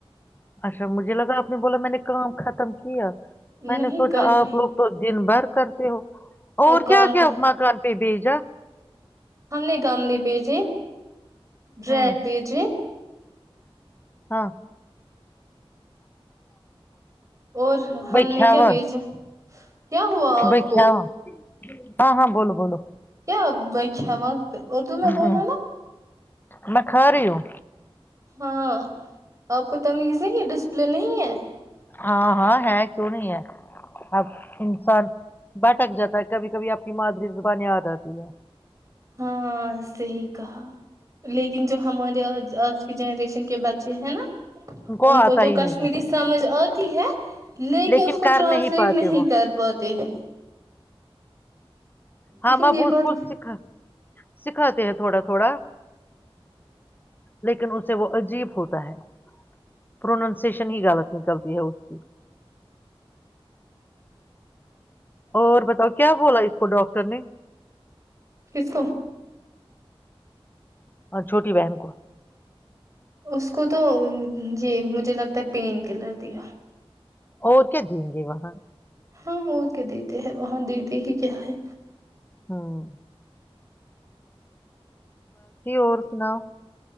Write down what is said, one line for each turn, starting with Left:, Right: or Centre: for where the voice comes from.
Left: اچھا مجھے لگا آپ نے بولا میں نے کام ختم کیا میں
Right: نہیں
Left: نے سوچا
Right: کر
Left: آپ
Right: رہی
Left: لوگ تو دن بھر کرتے ہو اور
Right: کام
Left: کیا کیا
Right: کا
Left: مکان پ بی جا
Right: ہم نے گم لے بھیجے بریڈ
Left: ہوں
Right: بیج
Left: ہاں
Right: اور ہم
Left: بھائی
Right: نے
Left: کھیاون
Right: کیا بھیجا کیا ہوا آپ
Left: بھائی
Right: کو
Left: کھیاون ہاں ہاں بولو بولو
Right: کیا میںاں اردو میں بولا
Left: ہوں
Right: نا
Left: میں خ رہوں
Right: ہاں آپ کو تمیزیں گ ڈ پل نہیں ہے
Left: ہاں ہاں ہے کیوں نہیں ہے اب انسان بھٹک جاتا ہے کبھی کبھی آپ کی مادری زبان آ رتی ہے
Right: ہاں صی کہا لیکن لیکن جو ہمارے آج آج جنریشن کے بچے ہے نا ان
Left: آتا
Right: کو تو
Left: ہی نہیں
Right: کشمیری
Left: ہے
Right: سمجھ آ تی ہے لے
Left: لیکن
Right: کے اس کو
Left: کر
Right: ٹرانسلیٹ
Left: پاتے
Right: نہیں
Left: وہ
Right: کر پاتے ہیں
Left: ہاں
Right: لیکن
Left: م
Right: یہ
Left: بوچ
Right: بات
Left: کھ سکھا سکھاتے ہیں تھوڑا تھوڑا لیکن اسے وہ عجیب ہوتا ہے پروننسیشن ہی غلط نکلتی ہے اس کی اور بتاؤ کیا بولا اس کو ڈاکٹر نے
Right: کس کو
Left: اور چھوٹی بہن کو
Right: اس کو تو یہ مجھے لگتا ہے پین کلر دیا
Left: اور کیا دیں گے وہاں
Right: ہاں مور کے دیتے ہیں وہاں دیتے ہی کیا ہے
Left: ہاں اور سناؤ